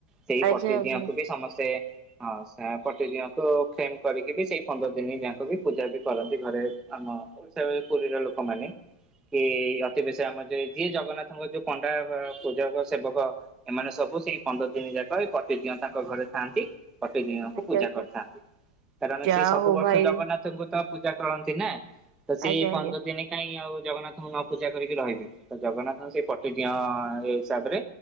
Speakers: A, in the centre; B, on the right (about 80°).
A: ସେଇ
B: ଆଜ୍ଞା
A: ପ୍ରତି
B: ଆଜ୍ଞା ଆଜ୍ଞା ଆଜ୍ଞା
A: ଦିଅକୁ ବି ସମସ୍ତେ ହଁ ସେ ପଟି ଦିଙ୍କୁ ଫେମ କରିକି ବି ସେଇ ପନ୍ଦର ଦିନ ଯାକ ବି ପୂଜା ବି କରନ୍ତି ଘରେ ଆମ ଓଡିଶା ପୁରୀର ଲୋକମାନେ କି ଅତି ବେଶୀ ଆମର ଯି ଯିଏ ଜଗନ୍ନାଥଙ୍କ ଯୋଉ ପଣ୍ଡା ପୂଜକ ସେବକ ଏମାନେ ସବୁ ସେଇ ପନ୍ଦର ଦିନି ଯାକ ପଟି ଦିଅନ୍ତି। ତାଙ୍କ ଘରେ ଥାଆନ୍ତି। ପ୍ <inaudible> ଣଙ୍କୁ ପୂଜା
B: ଆଜ୍ଞା
A: କରିଥାନ୍ତି। କାରଣ
B: ଯାହା
A: ସିଏ ସବୁ
B: ହଉ
A: ବର୍ଷ
B: ଭାଇ
A: ଜଗନ୍ନାଥଙ୍କୁ ତ ପୂଜା କରନ୍ତି ନା। ତ ସେଇ
B: ଆଜ୍ଞା
A: ପନ୍ଦର
B: ଆଜ୍ଞା
A: ଦିନ କାହିଁ ଆଉ ଜଗନ୍ନାଥଙ୍କୁ ନ ପୂଜା କରିକି ରହିବେ? ତ ଜଗନ୍ନାଥଙ୍କ ସେଇ ପଟିଦିଅ ହିସାବରେ